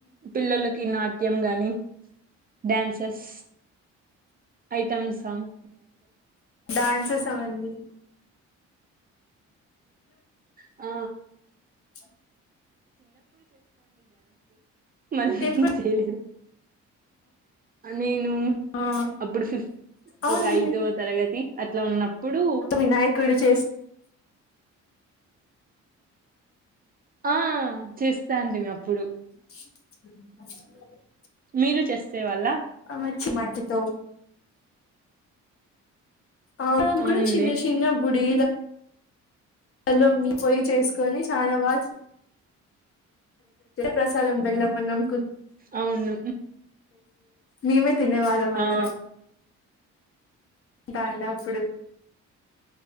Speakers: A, on the right; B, on the left.
A: పిల్లలకి నాట్యం గాని డ్యాన్సెస్ ఐటమ్స్ంగ్
B: డ్యాన్స్స్ అవన్నీ
A: ఆ
B: స్
A: మళ్ళ
B: ఎప్పుడు
A: చేయలేదు నేను
B: ఆ
A: అప్పుడు ఫిఫ్త్
B: అవును
A: ఒక ఐదవ తరగతి అట్లా ఉన్నప్పుడు
B: వినాయకుడు చేసి
A: ఆ చేస్తా అండ అప్పుడు
B: అ
A: మీరు చేసే వాళ్ళ
B: ఆ మట్టి తో ఆ
A: అవునులే
B: కూడా చిన్న చిన్న బుడి లో మీ పొయ్యి చేసుకొని చాలా బా ప్రసాదం బెల్లం అన్నామ్
A: అవును
B: మీ తినవాాల మందిరం
A: ఆ
B: దాడాప్పుడు